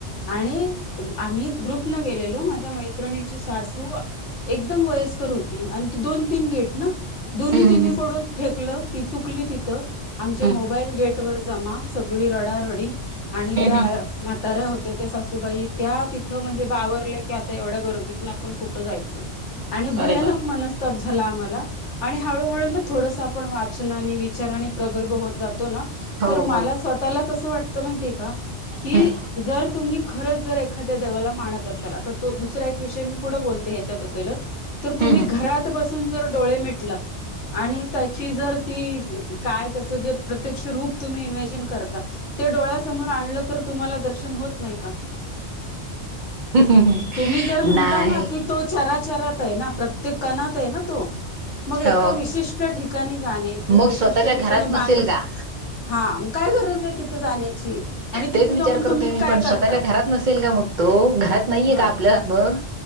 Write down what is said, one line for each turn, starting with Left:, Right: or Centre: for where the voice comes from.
Left: आणि अ आम्ही ग्रुप न गेलेलो माझ्या मैत्रिणीची सासू एकदम वयस्कर होती आणि ते दोन तीन गेट ना दोन्ही
Right: हम्म
Left: तिन्ही
Right: हम्म
Left: कडून फेकलं ती चुकली तिथं आमचे
Right: हम्म
Left: मोबाईल गेट वर जमा सगळी रडारडी आणि
Right: हम्म
Left: त्या म्हाताऱ्या होत्या त्या त्या सासूबाई त्या तिथं म्हणजे बावरले की आता एवढ्या गर्दीत आपण कुठं जायचं आणि भयानक
Right: अरे बापरे
Left: मनस्ताप झाला आम्हाला आणि हळूहळू ना थोडस वाचना आणि विचार प्रगल्भ होत जातो ना
Right: हो
Left: तर मला
Right: हो
Left: स्वतःला कस वाट कस होत माहित आहे का
Right: हम्म
Left: जर तुम्ही खरच जर एखाद्या देवाला मानत असाल आता तो दुसरा एक विषय मी पुढे बोलते हेच्याबदलंच तर तुम्ही
Right: हम्म
Left: घरात बस तुम्ही जर डोळे मिटलात आणि त्याची जर ती काय तेच जे प्रत्यक्ष रूप तुम्ही इमेजिन करता ते डोळ्यासमोर आणलं तर तुम्हाला दर्शन होत नाही का
Right: हम्म
Left: तुम्ही जर म्हणता
Right: नाही
Left: ना की तो चरा विचारात आहे ना प्रत्येक कानात आहे ना तो मग एका
Right: हो
Left: विशिष्ट ठिकाणी जाण्याची
Right: मग
Left: विशिष्ट
Right: स्वतःच्या
Left: ठिकाणी
Right: घरात
Left: बांधून
Right: नसेल का
Left: हा काय गरज आहे तिथं जाण्याची आणि तिथे
Right: तेच विचार
Left: जाऊन
Right: करतोय
Left: तुम्ही
Right: मी
Left: काय
Right: पण
Left: करता
Right: स्वतःच्या घरात नसेल का मग तो घरात नाहीये
Left: हा
Right: का आपलं मग